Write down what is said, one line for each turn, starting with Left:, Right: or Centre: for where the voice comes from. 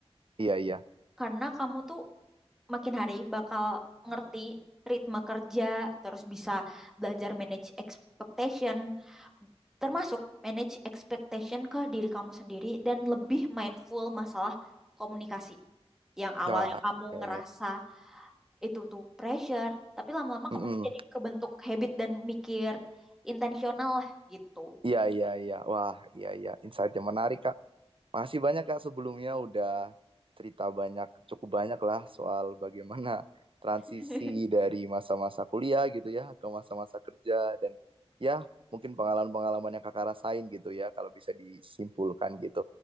Right: Iya iya.
Centre: Karena kamu tuh makin hari bakal ngerti ritme kerja, terus bisa belajar manage expectation, termasuk manage expectation ke diri kamu sendiri dan lebih mindful masalah komunikasi. Yang awalnya
Right: Wah,
Centre: kamu
Right: iya
Centre: ngerasa
Right: iya.
Centre: itu tuh pressure, tapi lama-lama
Right: Mm-mm.
Centre: kamu tuh jadi kebentuk habit dan mikir intensional lah gitu.
Right: Iya, iya, iya. Wah, iya, iya. Insight yang menarik, Kak. Masih banyak Kak sebelumnya udah cerita banyak, cukup banyak lah soal bagaimana transisi
Centre: <laughs>
Right: dari masa-masa kuliah gitu ya ke masa-masa kerja dan ya mungkin pengalaman-pengalaman yang Kakak rasain gitu ya kalau bisa disimpulkan gitu.